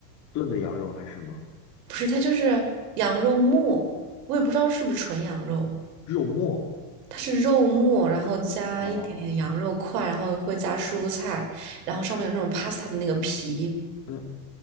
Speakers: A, on the left; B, on the right.
A: 炖的羊肉还是什么
B: 不是，它就是羊肉末，我也不知道是不是纯羊肉。
A: 肉末？
B: 它是肉末，然后加一点点羊肉块，
A: 哦，
B: 然后会加蔬菜，然后上面有那种 pasta 的那个皮。
A: 嗯